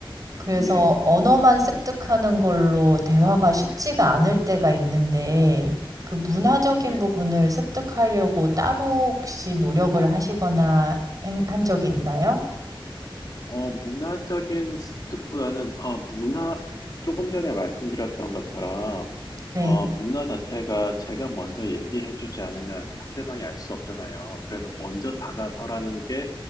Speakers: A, on the right (about 40°); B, on the left (about 45°).
A: 그래서
B: 네,
A: 음. 언어만 습득하는 걸로 대화가 쉽지가 않을 때가 있는데, 그 문화적인
B: 네.
A: 부분을 습득하려고 따로 혹시 노력을 하시거나 행- 한 적이 있나요?
B: 어, 문화적인 습득보다는, 어, 문화, 조금 전에 말씀드렸던 것처럼,
A: 네.
B: 어, 문화 자체가 제가 먼저 얘기해주지 않으면 상대방이 알 수 없잖아요. 그래서 먼저 다가서라는 게,